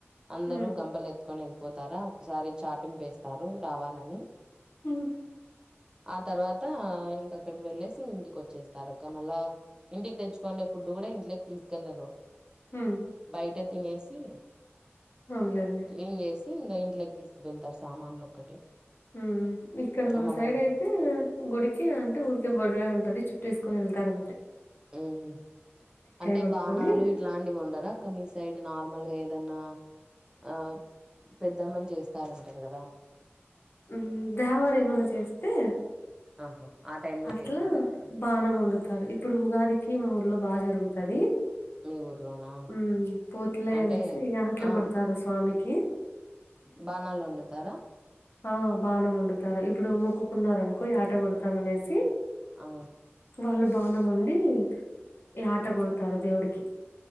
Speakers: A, on the right (about 20°); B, on the left (about 60°).
A: అందరూ
B: హ్మ్.
A: గంపలెత్తు కొని వెళ్ళిపోతారా ఒకసారి చాటింప్ వేస్తారు రావాలని
B: హు
A: ఆ తర్వాత్ తా ఇంక అక్కడికి వెళ్లేస్ టీం ఇంటికి వచ్చేస్తారు అక్క మళ్ళా ఇంటికి తెచ్ కొన్న ఫుడ్ కూడా ఇంట్లోకి తీసుకెళ్లరు
B: హ్మ్.
A: బయట తినేసి
B: అవునులేండి
A: క్లీన్ చేసి ఇంగ ఇంట్లోకి తీసుకు వెళ్తారు సామాన్లు ఒక్కటే
B: ఉమ్ ఇక్కడ మా
A: అమ్మ
B: సైడ్
A: వాళ్ళు
B: అయితే గుడికి అంటే ఊరికే బొడ్రాయి ఉంటది చుట్టూ వేసుకొని వెళ్ తారు అంతే
A: ఉమ్ అంటే
B: గొట్టుకొని
A: బాణాలు ఇట్లాంటివి ఉండరా అక్క మీ సైడ్ నార్మల్ గా ఏదన్నా ఆ పెద్దమ్మని చేస్తారంటారు కదా
B: ఉమ్ దేవర ఏమన్నా చేస్ తే
A: ఆహా ఆ టైమ్ లో
B: అట్లా
A: చేస్తారా అక్క
B: బాణం వండుతారు ఇప్పుడు ఉగాదికి మా ఊర్లో బా జరుగుతది
A: మీ ఊర్లోనా
B: ఉమ్ పోతుల
A: అంటే
B: అనేసి ఆటలు
A: ఆ
B: కొడతారు స్వామికి
A: బాణాలు వండుతారా
B: హ బానం వండుతారు ఇప్పుడు మొక్కున్నారు, అనుకో యాట కొడు మనేసి
A: ఆ
B: వాళ్ళు బాణం వండి యాట కొడతారు దేవుడికి